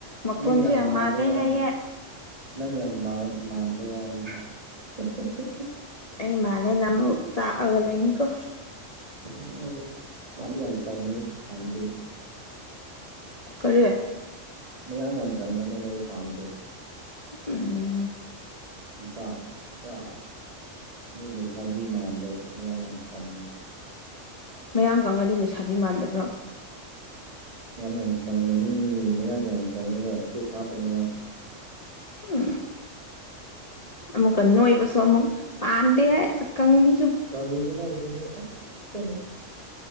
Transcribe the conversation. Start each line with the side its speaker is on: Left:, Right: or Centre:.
Left: ꯃꯈꯣꯟꯁꯨ
Right: ꯅꯪ
Left: ꯌꯥꯝ
Right: ꯃꯥꯟꯕ
Left: ꯃꯥꯜꯂ‌ꯦ
Right: ꯋꯥꯅꯤ
Left: ꯍꯥꯏꯌꯦ
Right: ꯅꯪ ꯌꯥꯝ ꯃꯟ ꯃꯟꯕ ꯋꯥꯅꯦ ꯍꯥꯍꯥꯍꯥ
Left: ꯑꯩ ꯃꯥꯂꯦꯅꯥ ꯑꯃꯨꯛ ꯆꯥꯛ ꯑꯒꯥ ꯂꯩꯅꯤꯀꯣ
Right: ꯑꯗꯨ ꯃꯥꯗꯤ ꯌꯥꯝ ꯀꯪꯕꯅꯤ ꯄꯥꯝꯗꯦ
Left: ꯀꯔꯤ
Right: ꯃꯌꯥꯡ ꯌꯥꯝ ꯀꯪꯉꯅꯦꯕ ꯑꯩ ꯄꯥꯝꯗꯦꯕ
Left: ꯎꯝ
Right: ꯅꯨꯄꯥ ꯄꯨꯔꯥ ꯃꯤ ꯂꯩꯁꯥꯕꯤ ꯃꯥꯟꯗꯕ ꯃꯌꯥꯡ ꯌꯥꯝ ꯀꯪꯉꯦꯕ
Left: ꯃꯌꯥꯡꯀꯡꯉꯗꯤ ꯂꯩꯁꯥꯕꯤ ꯃꯥꯟꯗꯕ꯭ꯔꯣ
Right: ꯌꯥꯝ ꯌꯥꯝ ꯈꯪꯕꯅꯤ ꯃꯌꯥ ꯌꯥꯝ ꯈꯪꯉꯦꯒ ꯁ ꯍꯥꯞꯄꯅꯦ ꯃꯥꯅ
Left: ꯎꯝ ꯑꯃꯨꯛ ꯅꯣꯏꯕꯁꯨ ꯑꯃꯨꯛ ꯄꯥꯝꯗꯦ ꯍꯥꯏ ꯑꯀꯪꯕꯤ
Right: ꯀꯪꯉꯦꯗꯅ ꯍꯨꯖꯤꯛꯇꯤ ꯑꯁ